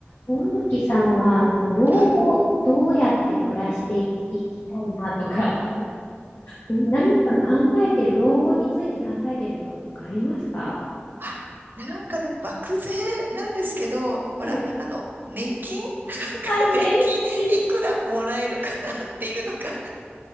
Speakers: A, on the left (about 60°); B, on the right (about 50°).
A: 大貫さんは、老後、
B: はい。
A: どうやって暮らしていき、いきたいなとか、何か考えてる、老後について考えてることとかありますか
B: あ、なんかね、漠然なんですけど、ほら、
A: はい。
B: あの、年金 <laughs> なんか年金いくらもらえるかなっていうのが、
A: あ、年金。